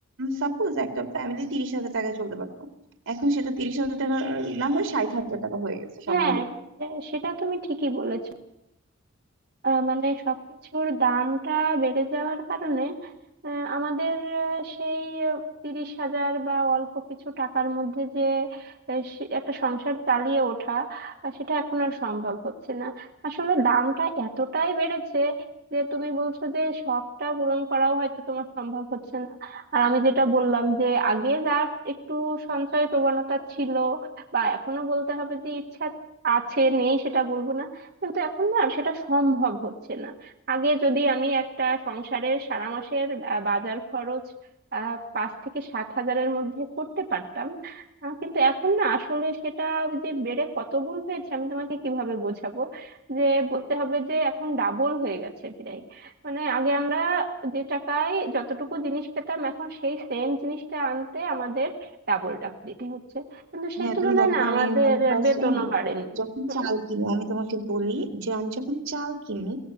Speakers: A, on the right (about 80°); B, on the right (about 50°).
A: সাপোজ একটা ফ্যামিলি তিরিশ হাজার টাকায় চলতে পারতো এখন সেটা তিরিশ হাজার টাকা না হয়ে ষাট হাজার টাকা হয়ে গেছে
B: হ্যাঁ
A: সব মিলিয়ে
B: সেটা সেটা তুমি ঠিকই বলেছো আহ, মানে সবকিছুর দামটা বেড়ে যাওয়ার কারণে আহ, আমাদের আহ, সেই তিরিশ হাজার বা অল্প কিছু টাকার মধ্যে যে আহ, সে- একটা সংসার চালিয়ে ওঠা আহ, সেটা এখন আর সম্ভব হচ্ছে না আসলে দামটা এতটাই বেড়েছে যে তুমি বলছো যে শখটা পূরণ করাও হয়তো তোমার সম্ভব হচ্ছে না আর আমি যেটা বললাম যে আগে যার একটু সঞ্চয় প্রবণতা ছিল বা এখনো বলতে হবে যে ইচ্ছা আছে নেই সেটা বলবো না কিন্তু এখন না আর সেটা সম্ভব হচ্ছে না আগে যদি আমি একটা সংসারের সারা মাসের আহ, বাজার খরচ আহ পাঁচ থেকে সাত হাজারের মধ্যে করতে পারতাম আহ, কিন্তু এখন না আসলে সেটা ওই যে বেড়ে কত গুণ হয়েছে আমি তোমাকে কিভাবে বোঝাবো যে বলতে হবে যে এখন ডাবল হয়ে গেছে প্রায় মানে আগে আমরা যে টাকায় যতটুকু জিনিস পেতাম এখন সেই সেম জিনিসটা আনতে আমাদের ডাবল টাকা দিতে হচ্ছে কিন্তু সেই
A: হ্যাঁ
B: তুলনায়
A: তুমি দেখো
B: না আমাদের
A: আমি মানে ফার্স্ট
B: বেতনও
A: টাইম
B: বাড়েনি
A: যখন
B: হুম,
A: চাল কিনি আমি তোমাকে বলি যে আমি যখন চাল কিনি